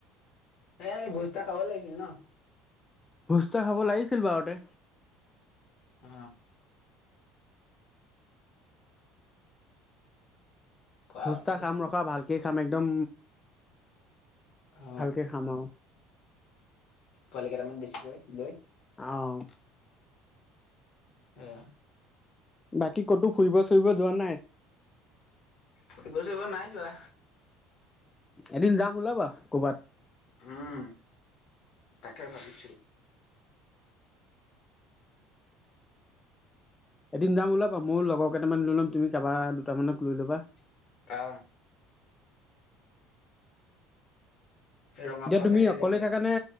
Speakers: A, on the left; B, on the left.
A: এই আমি ভোজ তা খাব লাগছিল ন
B: ভোজা খাব লাগিছিল বাৰুতে
A: অ খোৱা
B: সুচ্তা
A: ভোজ
B: খাম ৰখা ভালকে খাম একদম
A: অ
B: ভালকে খাম আৰু
A: পোৱালিেটামান বেছিকৈ লৈ
B: অ
A: সে
B: বাকী ক'তো ফুৰিব ফুইব যোৱা নাই
A: ফুটবল চ এইব নাই যোৱা
B: এদিন যাম ওলাবা কৰ'বাত
A: উম তাকে পাবছো
B: এদিন যাম ওলাবা ময়ো লগৰ কেইটামান লৈ ল'ম তুমি কাৰোাৰ দুামানক লৈ ল'বা
A: অ ৰঙাপাৰা
B: এতিয়া তুমি
A: চাইডে
B: অকলে
A: যাব লাগিব
B: থাকা নে,